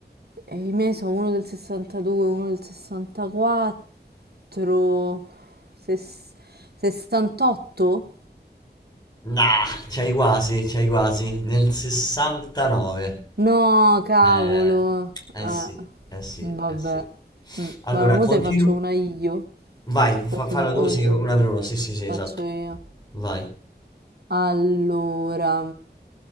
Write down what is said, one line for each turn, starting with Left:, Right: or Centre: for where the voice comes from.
Right: E i miei sono uno del 62, uno del 64, ses- 68?
Left: Nah, c'hai quasi, c'hai quasi. Nel 69.
Right: No, cavolo.
Left: Eh, Eh
Right: Eh,
Left: sì, eh sì.
Right: vabbè.
Left: eh sì.
Right: Mm,
Left: Allora,
Right: Vabbè, mo
Left: continuo.
Right: te faccio una io
Left: Vai,
Right: o,
Left: fa-
Right: com-
Left: falla
Right: o-
Left: tu, sì, una
Right: o
Left: per una. Sì, sì, sì, esatto.
Right: faccio io.
Left: Vai.
Right: Allora,